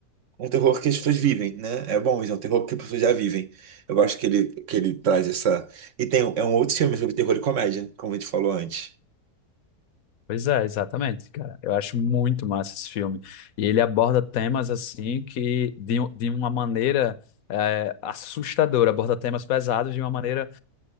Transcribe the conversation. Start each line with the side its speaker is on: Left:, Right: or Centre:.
Right: um terror que as pessoas vivem, né? É bom, isso é um terror que as pessoas já vivem. Eu gosto que ele, que ele traz essa... E tem, um- é um outro filme sobre terror e comédia, como a gente falou antes.
Left: Pois é, exatamente, cara. Eu acho muito massa esse filme. E ele aborda temas assim que de, um- de uma maneira é, assustadora, aborda temas pesados de uma maneira